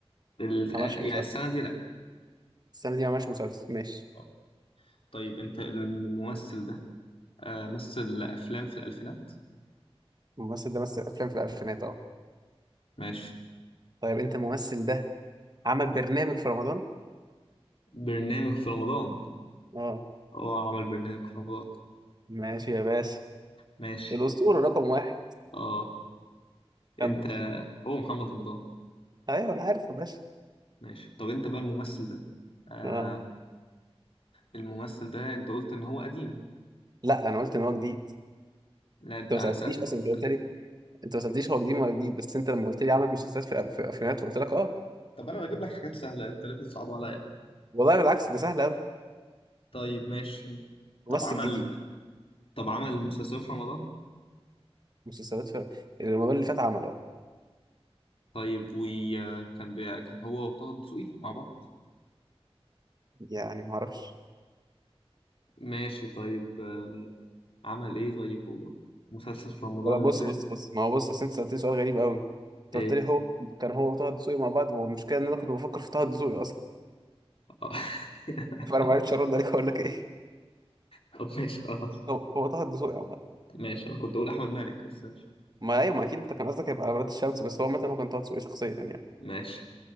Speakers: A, on the left (about 60°); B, on the right (about 40°).
A: ال...
B: ما
A: آه،
B: عملش
A: يعني
B: مسلسل
A: السنة دي لا
B: السنة دي ما عملش مسلسل ماشي
A: آه. طيب انت الممثل ده آه مثل افلام في الالفينات
B: الممثل ده مثل أفلام في الألفينات اه
A: ماشي
B: طيب انت الممثل ده عمل برنامج في رمضان
A: برنامج في رمضان
B: اه
A: اه عمل برنامج في رمضان
B: ماشي يا باشا
A: ماشي
B: الأسطورة رقم واحد
A: اه
B: كمل
A: انت هو محمد رمضان
B: ايوه انا عارف يا باشا
A: ماشي طب انت بقى الممثل ده آه
B: اه
A: الممثل ده انت قلت ان هو قديم
B: لا انا قلت ان هو جديد
A: لا انت
B: انت ما
A: انا
B: سألتنيش
A: سألتك
B: اصلا
A: قلت
B: انت قلت
A: لا
B: لي انت ما سألتنيش هو جديد ولا جديد بس انت لما قلت لي عمل مسلسلات في في افلامات فقلت لك اه
A: طب انا بجيب لك حاجات سهله انت ليه بتصعب عليا
B: والله بالعكس ده سهل قوي
A: طيب ماشي
B: ممثل
A: طب عمل
B: جديد
A: طب عمل مسلسل في رمضان
B: مسلسلات في رمضان اللي فات عمل اه
A: طيب وكان بي... كان هو وطه دسوقي مع بعض
B: يعني ما اعرفش
A: ماشي طيب آه عمل ايه طيب هو مسلسل في رمضان
B: لا، بص
A: اللي فات
B: بص بص ما هو بص اصل انت سألتني سؤال غريب قوي انت
A: ايه
B: قلت لي هو كان هو وطه الدسوقي مع بعض والمشكله ان انا كنت بفكر في طه الدسوقي اصلا
A: آه. <laughs>
B: فانا ما عرفتش ارد عليك اقول لك ايه
A: طب ماشي خلاص
B: هو هو طه الدسوقي عامة
A: ماشي انا كنت اقول احمد مالك بس ماشي
B: ما ايوه ما اكيد انت كان قصدك هيبقى على بلاد الشمس بس هو عامة هو كان طه دسوقي شخصيا يعني
A: ماشي